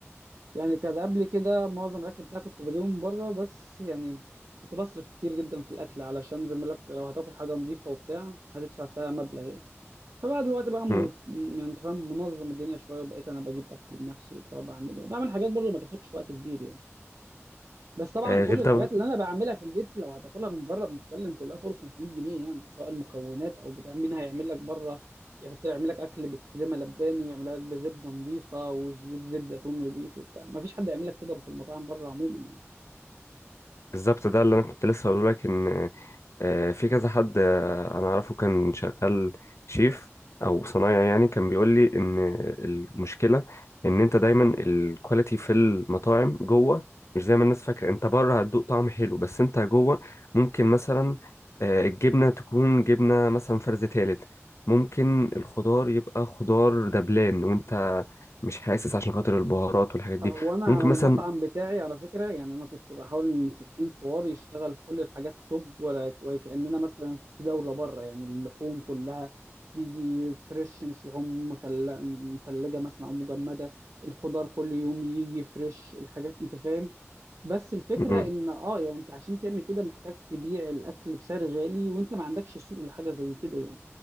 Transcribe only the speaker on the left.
مم.
آه،
غير
ده
بالظبط ده اللي انا كنت لسه هقوله لك ان آه، في كذا حد آه، انا اعرفه كان شغال شيف او صنايعي يعني كان بيقول لي ان المشكله ان انت دايما الكواليتي في المطاعم جوه مش زي ما الناس فاكره انت بره هتدوق طعم حلو بس انت جوه ممكن مثلا آه، الجبنه تكون جبنه مثلا فرز تالت ممكن الخضار يبقى خضار دبلان وانت مش حاسس عشان خاطر البهارات والحاجات دي
ممكن
مثلا
مم.